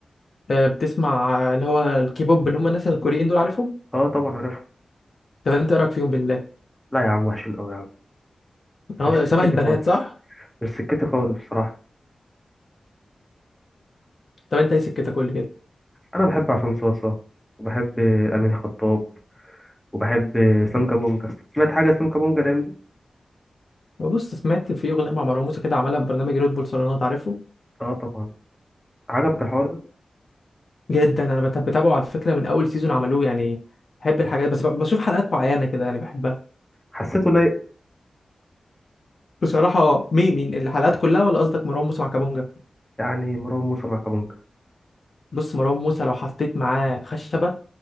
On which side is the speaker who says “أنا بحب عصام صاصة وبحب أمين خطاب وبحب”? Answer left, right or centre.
Centre